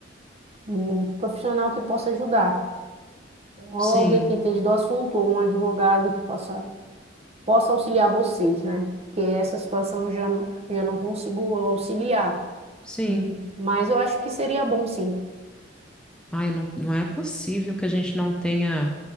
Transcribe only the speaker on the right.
um profissional que possa ajudar, ou
alguém que entende do assunto, ou um advogado que possa, possa auxiliar vocês, né? Porque essa situação eu já não, já não consigo auxiliar.
Hum, Mas eu acho que seria bom, sim.